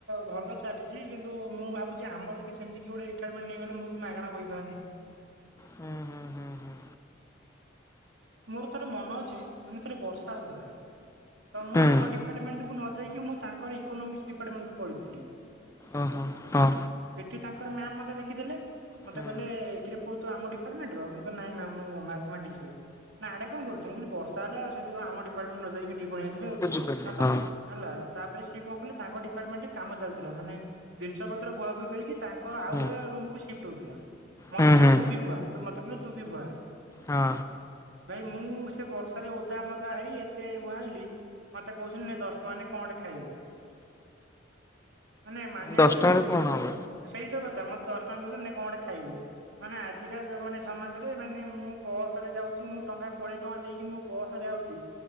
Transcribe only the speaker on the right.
ଭଲ ଚାଲିଛି କିନ୍ତୁ ମୁଁ ଭାବୁଛି ଆମର ବି ସେମିତି କିଛି ଗୋଟେ ରିଟାର୍ଡ଼ମେଣ୍ଟ ନେଇଗଲେ ମୁଁ ବି ମାଗଣା ବହି ପାଆନ୍ତି।
ମୋର ଥରେ ମନ ଅଛି ମାନେ ଥରେ ବର୍ଷା ହଉଥିଲା। ତ ମୁଁ
ଆମ ଡିପାର୍ଟମେଣ୍ଟକୁୁ ନ ଯାଇକି ମୁଁ ତାଙ୍କର ଇକୋନୋମିକ୍ସ ଡିପାର୍ଟମେଣ୍ଟ କୁ ପଳେଇଥିଲି।
ସେଠି ତାଙ୍କର ମ୍ୟାାମ ମତେ ଦେଖିଦେଲେ ମୋତେ
କହିଲେ କିରେ ପୁଅ- ତୁ ଆମ ଡିପାର୍ଟମେଣ୍ଟ ର ମୁଁ କହିଲି ନାଇଁ ମ୍ୟାମ୍ ମୁଁ ମ୍ୟାଥ୍ ମେଟିକଶ୍ ର। ନା ୟାଡେ କଁ କରୁଚୁ ମୁଁ କହିଲି ବର୍ଷା ହେଲା ଆଉ ସେଥିରୁ ଆମ ଡିପାର୍ଟମେଣ୍ଟକୁ ନ ଯାଇକି ଏଠିକି ପଳେଇ ଆସିଲି,
ଆଉ
ତ ହେଲା ତାପରେ ସିଏ କଁ କଲେ ତାଙ୍କ ଡିପାର୍ଟମେଣ୍ଟ ରେ କାମ ଚାଲିଥିଲା ମାନେ ଜିନିଷ ପତ୍ର ବୁହାବୁହି କରିକି ତାଙ୍କ ଆଉ
ଗୋଟେ ରୁମକୁୁ ସିଫ୍ଟ ହଉଥିଲା ମତେ
କହିଲେ
ତୁ ବି ବୁହା ମତେ କହିଲେ ତୁ ବି ବୁହା।
ଭାଇ ମୁଁ ସେ ବର୍ଷାରେ ଓଦା ମଦା ହେଇ ଏତେ ବୁହାଇଲି ମତେ କହୁଛନ୍ତି ନେ ଦଶ ଟଙ୍କା ନେ କଁ ଗୋଟେ ଖାଇବୁ, ମାନେ ମାନିବାକୁ
ପଡିବ
ମୁଁ
ସେଇତ କଥା ମତେ ଦଶ ଟଙ୍କା ଦୋଉଛନ୍ତି ନେ କଁ ଗୋଟେ ଖାଇବୁ। ମାନେ ଆଜିକା ଜ ମାନେ ସମାଜରେ ମାନେ ମୁଁ ବସ ରେ ଯାଉଛି ମୁଁ ଟଙ୍କା କୋଡିଏ ଟଙ୍କା ଦେଇକି ମୁଁ ବସରେ ଆଉଚି।